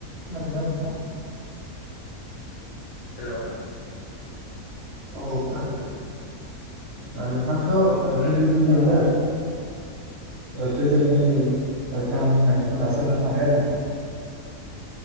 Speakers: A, on the right; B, on the left.
A: खारजों नोंथां
B: हेलौ
A: औ खोनानोादों नोंथांखौ
B: औ
A: ओ
B: खोनादों
A: गिबि
B: नोंथां
A: गिबियावनो। गोजोन हरनि गाहाम हामनायनिखौ दसे हरना थाबाय आरो नोंथां।